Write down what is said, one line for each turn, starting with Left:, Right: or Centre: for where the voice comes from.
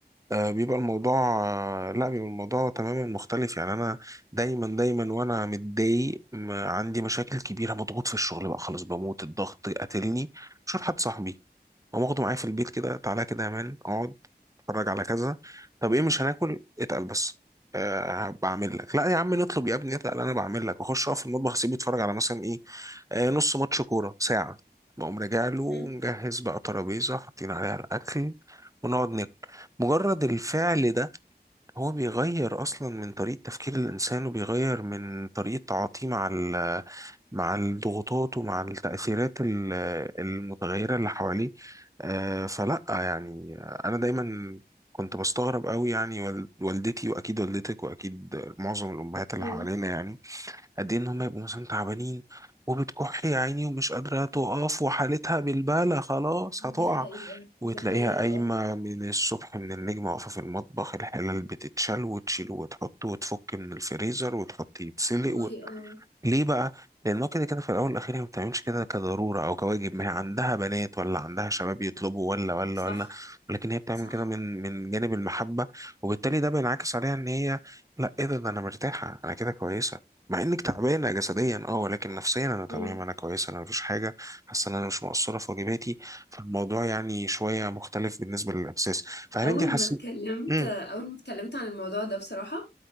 Right: آه، بيبقى الموضوع آه، لا بيبقى الموضوع تماما مختلف يعني انا دايما دايما وانا متضايق م- عندي مشاكل كبيره مضغوط في الشغل بقى خلاص بموت الضغط قاتلني مش حد صاحبي قام واخده معايا في البيت كده تعالى كده يا مان اقعد اتفرج على كذا طب ايه مش هناكل اتقل بس أه بعمل لك لا يا عم نطلب يا ابني اتقل انا بعمل لك واخش اقف في المطبخ اسيبه يتفرج على مثلا ايه أه نص ماتش كوره ساعه بقوم راجع له
Left: مم.
Right: مجهز بقى ترابيزه حاطين عليها الاكل ونقعد ناكل مجرد الفعل ده هو بيغير اصلا من طريقة تفكير الانسان وبيغير من طريقة تعاطيه مع ال- مع الضغوطات ومع التأثيرات ال- المتغيرة اللي حواليه آه، فلا يعني انا دايما كنت بستغرب قوي يعني وال- والدتي واكيد والدتك واكيد معظم الامهات اللي
Left: مم.
Right: حوالينا يعني قد ايه ان هم يبقوا مثلا تعبانين وبتكح يا عيني ومش قادره تقف وحالتها بالبالة خلاص
Left: دي
Right: هتقع
Left: حقيقة
Right: وتلاقيها
Left: دي حقيقة
Right: قايمة
Left: اه
Right: من الصبح من النجمة واقفة في المطبخ الحلال بتتشال وتشيل وتحط وتفك من الفريزر وتحط يتسلق
Left: والله اه
Right: ليه بقى؟ لأنه كده كده في الأول والأخير هي ما بتعملش كده كضرورة أو كواجب ما هي عندها بنات ولا عندها شباب يطلبوا ولا ولا
Left: صح
Right: ولا ولكن هي بتعمل
Left: صح
Right: كده من من جانب المحبة وبالتالي ده بينعكس عليها إن هي لا إيه ده ده أنا مرتاحة أنا كده كويسة مع إنك تعبانة جسديا أه ولكن نفسيا أنا تمام
Left: مم.
Right: أنا كويسة أنا مفيش حاجة حاسة إن أنا مش مقصرة في واجباتي فالموضوع يعني شوية مختلف بالنسبة للإحساس فهل
Left: أول
Right: أنت حاسة
Left: ما اتكلمت
Right: مم،
Left: أول ما اتكلمت عن الموضوع ده بصراحة